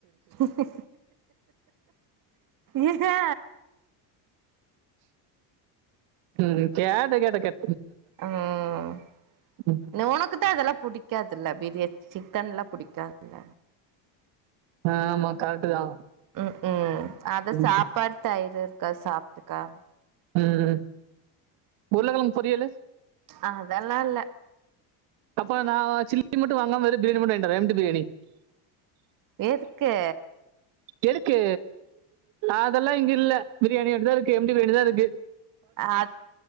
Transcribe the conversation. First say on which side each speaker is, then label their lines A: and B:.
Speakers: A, on the right; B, on the right.
A: இக்க... இக்.. இஹ
B: உம் கேட கேட
A: உம்
B: ம்
A: உனக்கு தான் இதெல்லாம் புடிக்கும் பிடிக்காதுல்ல பிரியாணி சிக்கன் லா பிடிக்காதுல்ல
B: ஆஹ்ஆமா கரெக்ட் தான்
A: உம் உம் அத
B: ம்
A: சாப்பாடு தயிரு க்க சாப்ட்டுக்க
B: உம் உருளகிழங்கு பொரியல்
A: அதெல்லா இல்ல
B: அப்புறம் நான் சில்லி மட்டும் வாங்காம வெறும் பிரியாணி மட்டும் வாங்கிடுவறேன் எம்டி பிரியாணி
A: ஏதுக்கு
B: எதுக்கு அதெல்லாம் இங்க இல்ல பிரியாணி வொண்டிதான் இருக்கு எம்டி பிரியாணி தான் இருக்கு
A: அ